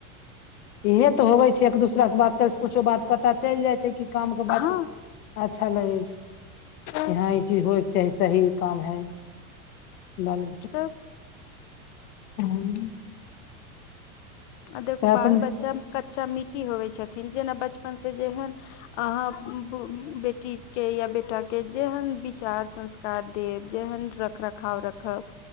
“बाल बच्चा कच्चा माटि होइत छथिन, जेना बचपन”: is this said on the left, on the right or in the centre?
Left